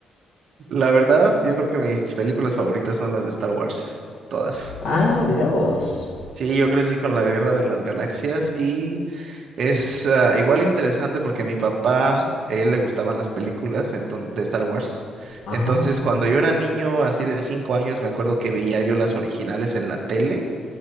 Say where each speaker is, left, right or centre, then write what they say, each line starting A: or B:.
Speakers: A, on the right (about 65°); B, on the left (about 80°).
A: La verdad, yo creo que mis películas favoritas son las de Star Wars, todas.
B: Ah, mirá vos.
A: Sí, yo crecí con la Guerra de las Galaxias y es ah, igual interesante porque a mi papá, él le gustaban las películas enton- de Star Wars.
B: Ajá,
A: Entonces, cuando yo era niño, así de cinco años, me acuerdo que veía yo las originales en la tele,